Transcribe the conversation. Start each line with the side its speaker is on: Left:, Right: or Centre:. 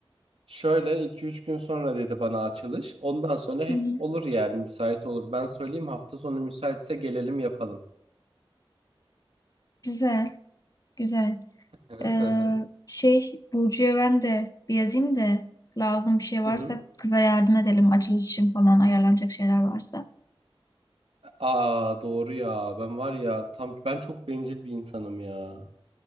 Right: Şöyle iki üç gün sonra dedi bana açılış. Ondan sonra hep
Left: Hı hı.
Right: olur yani müsait olur. Ben söyleyeyim hafta sonu müsaitse gelelim yapalım.
Left: Güzel, güzel.
Right: Hı
Left: Ee,
Right: hı hı.
Left: şey Burcu'ya ben de bir yazayım da lazım bir şey varsa
Right: hı.
Left: kıza yardım edelim. Açılış için falan ayarlanacak şeyler varsa.
Right: Aa doğru ya. Ben var ya tam ben çok bencil bir insanım ya.